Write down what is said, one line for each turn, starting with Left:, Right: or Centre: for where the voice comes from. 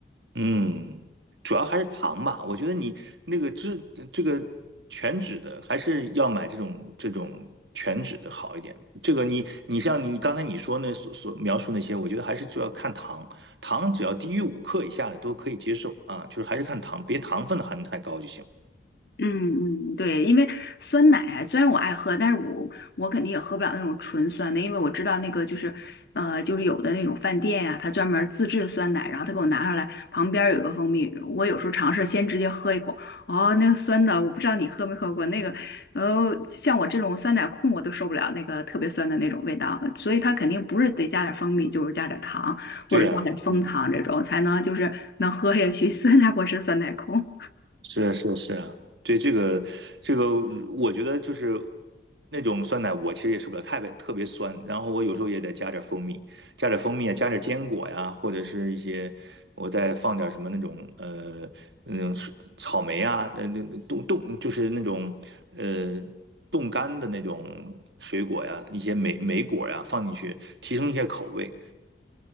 Right: 嗯，主要还是糖吧。我觉得你那个脂这个全脂的，还是要买这种这种全脂的好一点。这个你你像你你刚才你说那所所描述那些，我觉得还是就要看糖，糖只要低于五克以下的都可以接受啊，就是还是看糖，别糖分的含得太高就行。
Left: 嗯嗯，对，因为酸奶啊虽然我爱喝，但是我我肯定也喝不了那种纯酸的，因为我知道那个就是，呃，就是有的那种饭店呀、他专门儿自制的酸奶，然后他给我拿上来，旁边儿有一个蜂蜜，我有时候尝试先直接喝一口，哦，那个酸的，我不知道你喝没喝过那个，呃，像我这种酸奶控我都受不了那个特别酸的那种味道，所以他肯定不是得加点儿蜂蜜，就是加点儿糖或者加点儿枫糖这种才能就是能喝下去
Right: 对呀，嗯
Left: <laughs>，酸奶我是酸奶控。
Right: 是啊是啊是啊，对这个这个，我觉得就是那种酸奶，我其实也受不了，太别特别酸。然后我有时候也得加点蜂蜜，加点蜂蜜啊，加点坚果呀，或者是一些我再放点什么那种呃那种是草莓啊，那那那冻冻就是那种呃冻干的那种水果呀，一些莓莓果呀放进去，提升一下口味。